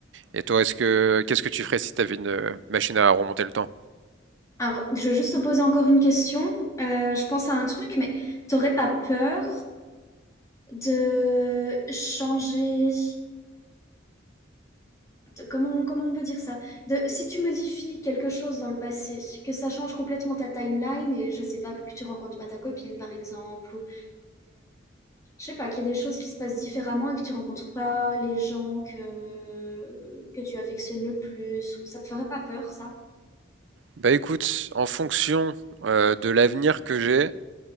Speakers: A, on the right (about 75°); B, on the left (about 15°).
A: Et toi, est-ce que qu'est-ce que tu ferais si tu avais une euh, machine à remonter le temps?
B: Alors, je vais juste te poser encore une question. Euh, je pense à un truc, mais t'aurais pas peur de changer... de- comment, comment on peut dire ça? De, si tu modifies quelque chose dans le passé, que ça change complètement ta timeline et je sais pas, que tu rencontres pas ta copine, par exemple, ou Je sais pas, qu'il y a des choses qui se passent différemment et que tu rencontres pas les gens que, que tu affectionnes le plus. Ça te ferait pas peur, ça?
A: Bah écoute, en fonction euh, de l'avenir que j'ai,